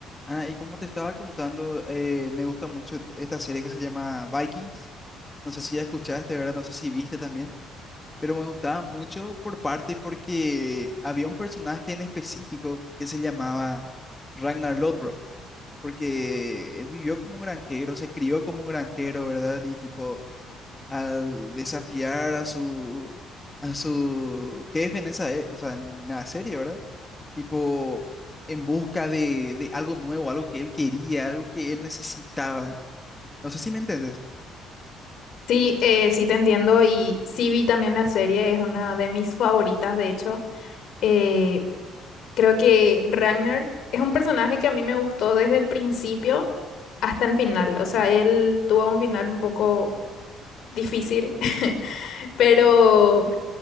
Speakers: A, on the left; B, on the left.
A: Ah, y como te estaba contando, eh, me gusta mucho et- esta serie que se llama Vikings. No sé si ya escuchaste, ¿verdad? No sé si viste también, pero me gustaba mucho por parte porque había un personaje en específico que se llamaba Ragnar Lodbrok, porque él vivió como granjero, se crió como granjero, ¿verdad? Y tipo, al desafiar a su, a su jefe en esa, e- o sea, en la serie, ¿verdad? tipo en busca de, de algo nuevo, algo que él quería, algo que él necesitaba. No sé si me entiendes.
B: Sí, eh, sí te entiendo y sí vi también la serie, es una de mis favoritas de hecho. Eh, creo que Ragnar es un personaje que a mí me gustó desde el principio hasta el final, o sea, él tuvo un final un poco difícil, <laughs> pero,